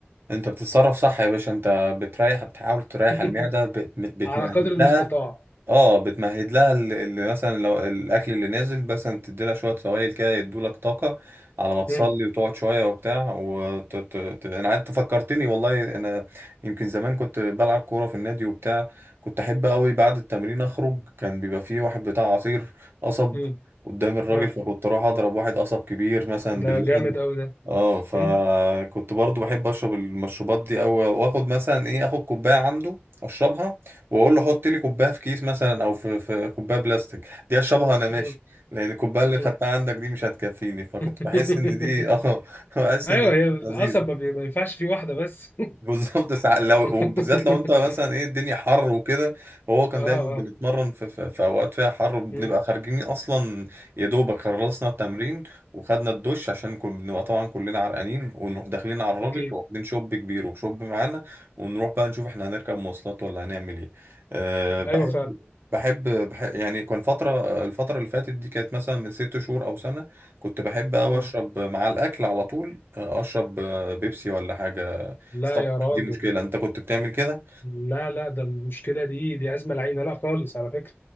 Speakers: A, on the right; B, on the left.
A: أنت بتتصرف صح يا باشا أنت بتريح بتحاول تريح
B: <laughs>
A: المعدة بت- بتمهد
B: على قدر المستطاع
A: لها اه بتمهد لها اللي مثلا لو الاكل اللي نازل مثلا تدي لها شويه سوائل كده يدوا لك طاقه على ما تصلي
B: مم.
A: وتقعد شويه وبتاع وت... ت... ت... انا قعدت فكرتني والله انا يمكن زمان كنت بلعب كوره في النادي وبتاع كنت احب قوي بعد التمرين اخرج كان بيبقى فيه واحد بتاع عصير قصب
B: مم.
A: قدام الراجل
B: آه.
A: فكنت اروح اضرب واحد قصب كبير مثلا
B: ده
A: باللبن
B: جامد قوي ده
A: اه فكنت
B: مم.
A: برضو بحب اشرب المشروبات دي او واخد مثلا ايه اخد كوبايه عنده اشربها واقول له حط لي كوبايه في كيس مثلا او في في كوبايه بلاستيك دي اشربها انا ماشي
B: مم.
A: لان الكوبايه اللي
B: مم.
A: خدتها عندك دي مش هتكفيني فكنت
B: <laughs>
A: بحس ان دي اه <laughs> بحس
B: ايوه
A: ان دي
B: هي القصب
A: لذيذه
B: ما بي- ما ينفعش فيه واحده بس
A: بالظبط ساعة لو
B: <laughs>
A: وبالذات لو انت مثلا ايه الدنيا حر وكده وهو كان
B: اه
A: دايما بنتمرن
B: اه
A: في, في, في اوقات فيها حر وبنبقى
B: مم.
A: خارجين اصلا يا دوبك خلصنا التمرين وخدنا الدش عشان كنا بنبقى طبعا كلنا عرقانين ونروح داخلين على الراجل
B: اكيد
A: واخدين شوب كبير وشوب معانا ونروح بقى نشوف احنا هنركب مواصلات ولا هنعمل ايه أه بحب
B: ايوه فعلا
A: بحب بحب يعني كان فترة الفترة اللي فاتت دي كانت مثلا من ست شهور أو سنة كنت بحب أوي
B: مم.
A: أشرب مع الأكل على طول آه، أشرب آه، بيبسي ولا حاجة
B: لا يا راجل
A: دي مشكلة انت كنت بتعمل كده
B: لا لا ده المشكله دي دي ازمه العينه لا خالص على فكره